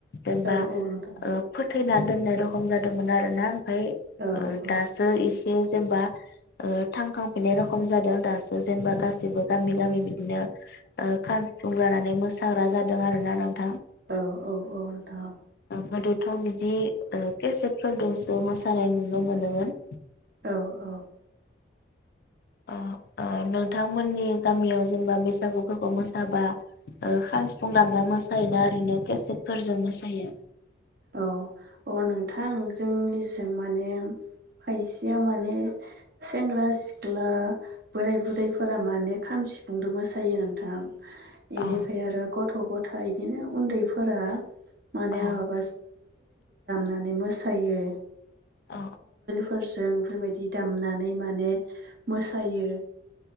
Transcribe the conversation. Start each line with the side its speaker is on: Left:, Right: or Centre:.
Left: जेनबा
Right: औ औ नोंथां
Left: ओं फोथैना दोननाय रखम जादोंमोन आरोना ओमफ्राय
Right: औ औ
Left: दासो एसे जेनेबा ओं थांखांफिनाय रखम जादों दासो जेनेबा गासैबो गामि गामि बिदिनो ओं खाम सिफुं लानानै मोसाग्रा जादों आरो ना नोंथां।
Right: औ औ औ नोंथां औ।
Left: गोदोथ' बिदि ओं केसेटफोरजोंसो मोसानाय नुनो मोनोमोन।
Right: औ औ।
Left: ओं नोंथांमोननि गामियाव जेनेबा बैसागुफोरखौ मोसाबा ओं खाम सिफुं दामना मोसायोना ओरैनो केसेटफोरजों मोसायो?
Right: औ अ नोंथां जोंनिजों माने खायसेया माने सेंग्रा सिख्ला बोराय बुरैफोरा माने खाम सिफुंदों मोसायो नोंथां। बेनिफ्राय
Left: औ
Right: आरो गथ' गथ इदिनो उन्दैफोरा माने
Left: औ
Right: आब नानै मोसायो।
Left: औ
Right: फोरजों बेफोरबायदि दामनानै माने मोसायो